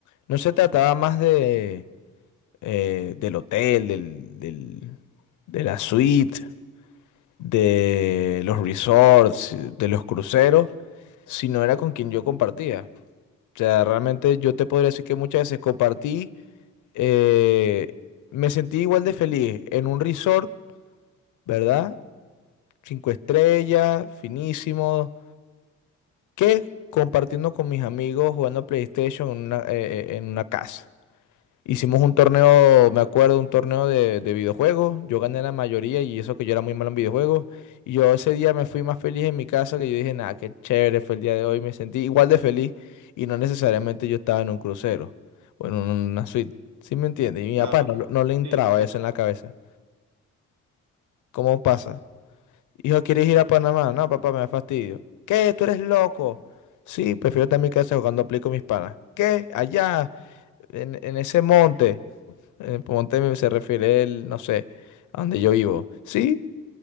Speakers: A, on the left (about 80°); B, on the right (about 70°).
A: no se trataba más de eh, del hotel, del, del- de la suite, de los resorts, de los cruceros, sino era con quien yo compartía. O sea, realmente yo te podría decir que muchas veces compartí. Eh, me sentí igual de feliz en un resort, ¿verdad? Cinco estrellas, finísimo, que compartiendo con mis amigos jugando PlayStation en una, eh, eh, en una casa. Hicimos un torneo, me acuerdo, un torneo de, de videojuegos. Yo gané la mayoría y eso que yo era muy malo en videojuegos. Y yo ese día me fui más feliz en mi casa que yo dije, nada, qué chévere fue el día de hoy. Me sentí igual de feliz y no necesariamente yo estaba en un crucero o en una suite. ¿Sí me entiendes? Y mi
B: Claro,
A: papá no, lo- no le entraba
B: sí, te entiendo.
A: eso en la cabeza. ¿Cómo pasa? Hijo, ¿quieres ir a Panamá? No, papá, me da fastidio. ¿Qué? ¿Tú eres loco? Sí, prefiero estar en mi casa jugando Play con mis panas. ¿Qué? Allá, en en ese monte. Eh, ponte, se refiere él, no sé, a donde yo vivo. Sí,